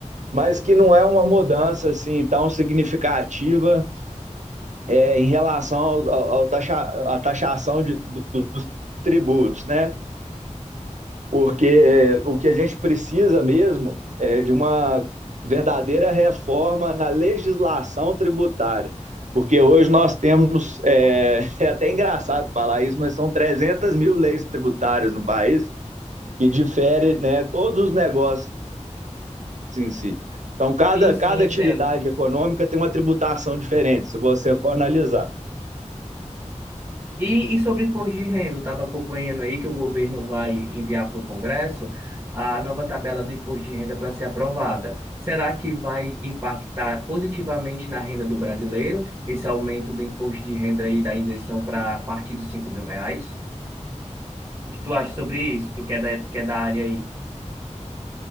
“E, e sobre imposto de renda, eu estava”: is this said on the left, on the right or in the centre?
Right